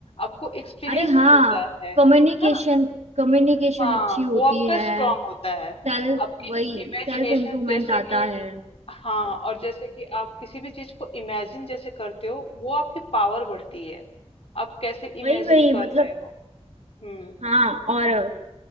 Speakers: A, on the left; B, on the right.
A: आपको एक्सपीरियंस
B: अरे हाँ
A: मिलता है
B: कम्युनिकेशन
A: है ना
B: कम्युनिकेशन
A: हाँ
B: अच्छी होती
A: वो आपका
B: है
A: स्ट्रांग होता है
B: सेल्फ
A: आपकी
B: वही
A: इमेजिनेशन
B: सेल्फ इम्प्रूवमेंट
A: जैसे
B: आता
A: कि
B: है
A: हाँ तो और जैसे कि आप किसी भी चीज को इमेजिन जैसे करते हो वो आपकी पावर बढ़ती है आप कैसे
B: वही
A: इमेजिन
B: वही
A: कर
B: मतलब
A: रहे हो हम्म
B: हाँ और